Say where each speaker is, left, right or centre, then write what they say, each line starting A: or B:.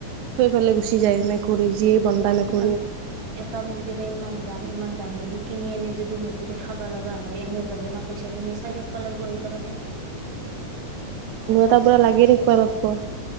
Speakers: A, on the right; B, on the right.
A: থৈ পেলাই গুচি যায় মেকুৰী। যিয়ে বন্দা মেকুৰী
B: ইমান এটা মুৰ্গীৰে ইমান দাম ইমান। দামেদি কিনি আনি যদি মেকুৰী খাব লগা হয় এনে যাব ন। পইচা খিনি চাই থাকিব লাগিব সেইকাৰণে।
A: তাৰ পুৰা লাগি থাকিবা লাগিব।